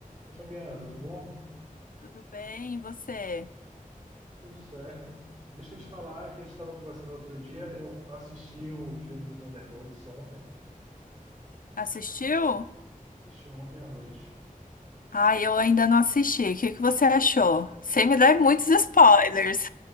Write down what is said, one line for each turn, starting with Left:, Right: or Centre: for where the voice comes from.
Right: Oi, Fabiana, tudo bom?
Left: Tudo bem, e você?
Right: Tudo certo. Deixa eu te falar que a gente estava conversando outro dia. Eu assisti o filme do Thunderbolts ontem.
Left: Assistiu?
Right: Assisti ontem à noite.
Left: ah eu ainda não assisti. O que que você achou? Sem me dar muitos spoilers.